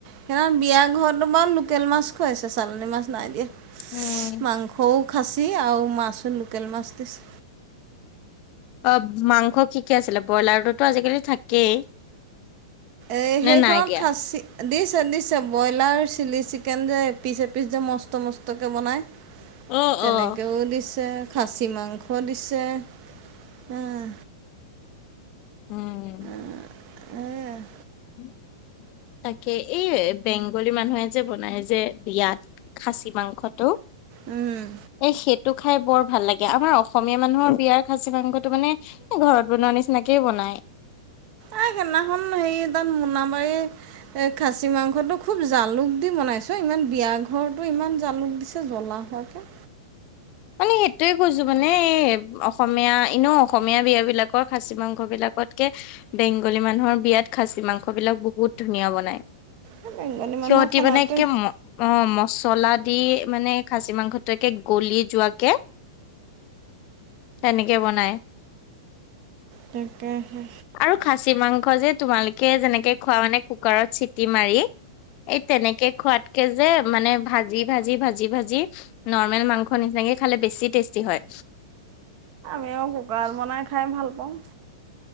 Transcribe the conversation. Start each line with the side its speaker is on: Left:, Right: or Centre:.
Right: সেইদিনাখন বিয়া ঘৰত বাও লোকেল মাছ খুৱাইছে চালনী মাছ নাই দিয়া <unintelligible>
Left: উম।
Right: মাংস সও খাচী আৰু মাছো লোকেল মাছ দিছে।
Left: অ মাংস কি কি আছিলে? ব্ৰইলাৰতোতো আজিকালি থাকেই।
Right: এই
Left: নে
Right: সেইখনত
Left: নাই এতিয়া?
Right: খাচী দিছে দিছে ব্ৰইলাৰ চিলি চিকেন যে এপিচ এপিচ যে মস- ষ্ট মস্তকে বনাই,
Left: অ',
Right: তেনেকেও
Left: অ'।
Right: দিছে। খাচী মাংস দিছে, হাঁ।
Left: উম'।
Right: উম উম'।
Left: হুম? তাকে, এই বেংগলী মানুহে যে বনায় যে বিয়াত খাচী মাংসটো, -
Right: উম'।
Left: এ সেইটো খাই বৰ ভাল লাগে, আমাৰ অসমীয়া মানুহৰ বিয়াৰ খাচী মাংসটো মানে- এই ঘৰত বনোৱা নিচিনাকেই বনায়।
Right: এই সেইদিনাখন হেৰি এতাত মোনাবাৰী- এই খাচী মাংসটো খুব জালুক দি বনাইছেও ইমান বিয়া ঘৰতো ইমান জালুক দিছ- জ্বলা হোৱাকে।
Left: মানে- সেইটোৱে কৈছো মানে এই অসমীয়া এনেও অসমীয়া বিয়া বিলাকৰ খাচী মাংস বিলাকতকে- বেংগলী মানুহৰ বিয়াত খাচী মাংস বিলাক বহুত ধুনীয়া বনায়।
Right: এই বেংগলী মানুহৰ
Left: সিহঁতি
Right: খানাটোৱে
Left: মানে একে ম- অঁ মচলা দি মানে খাচী মাংসটো একে গলি- যোৱাকে তেনেকে বনায়।
Right: তাকেহে।
Left: আৰু খাচী মাংস যে তোমালোকে যেনেকে খোৱা মানে কুকাৰত চিটি মাৰি- এই তেনেকে খোৱাতকে যে মানে ভাজি ভাজি ভাজি ভাজি নৰ্মেল মাংস- হ নিচিনাকে খালে বেছি টেষ্টি হয়।
Right: তেওঁ শুকান বনাই খাই ভাল পাওঁ।